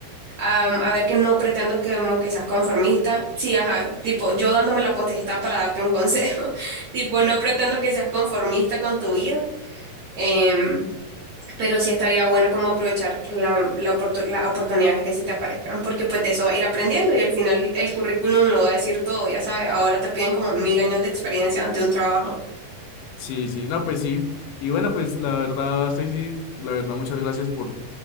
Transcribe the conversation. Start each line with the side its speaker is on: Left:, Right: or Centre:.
Right: am, a ver que no pretendo que, como que seas conformista. Sí, ajá, tipo, yo dándome la potestad para darte un consejo. <laughs> Tipo, no pretendo que seas conformista con tu vida. em, pero sí estaría bueno como aprovechar la, la oportu- las oportunidades que se te aparezcan, porque pues de eso va a ir aprendiendo y al final el currículum lo va a decir todo, ya sabes, ahora te piden como mil años de experiencia ante un trabajo.
Left: Sí, sí, no, pues sí. Y bueno, pues la verdad, Stacy, la verdad, muchas gracias por